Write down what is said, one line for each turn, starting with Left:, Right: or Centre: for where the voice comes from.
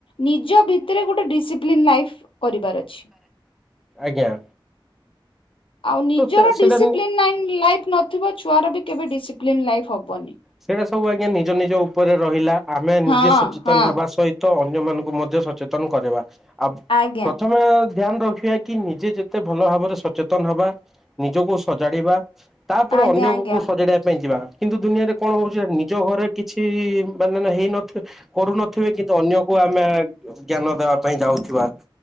Left: ନିଜ ଭିତରେ ଗୋଟେ ଡିସିପ୍ଲିନ୍ ଲାଇଫ କରିବାର ଅଛି।
Centre: ଆଜ୍ଞା।
Left: ଆଉ ନିଜର
Centre: ତ ସେ ସେଇଟା
Left: ଡିସିପ୍ଲିନ୍ ଲାଇଫ ନ ଥିବା ଛୁଆର ବି କେବେ ଡିସିପ୍ଲିନ୍ ଲାଇଫ୍ ହବନି।
Centre: ସେଇଟା ସବୁ ଆଜ୍ଞା ନିଜ ନିଜ ଉପରେ ରହିଲା। ଆମେ ନିଜେ
Left: ହଁ
Centre: ସଚେତନ
Left: ହଁ
Centre: ହେବା ସହିତ ଅନ୍ୟ ମାନଙ୍କୁ ମଧ୍ୟ ସଚେତନ କରିବା ଆ
Left: ଆଜ୍ଞା
Centre: ପ୍ରଥମେ ଧ୍ୟାନ ରଖିବା କି ନିଜେ ଯେତେ ଭଲ ଭାବରେ ସଚେତନ ହବା ନିଜକୁ ସଜାଡିବା ତାପରେ
Left: ଆଜ୍ଞା
Centre: ଅନ୍ୟକୁ
Left: ଆଜ୍ଞା
Centre: ସଜାଡିବା ପାଇଁ ଯିବା। କିନ୍ତୁ ଦୁନିଆରେ କଣ ହଉଛି ନିଜ ଘରେ କିଛି ମାନେ ହେଇନ କରୁନଥିବେ କିନ୍ତୁ ଅନ୍ୟକୁ ଆମେ ଜ୍ଞାନ ଦେବା ପାଇଁ ଯାଉଥିବା।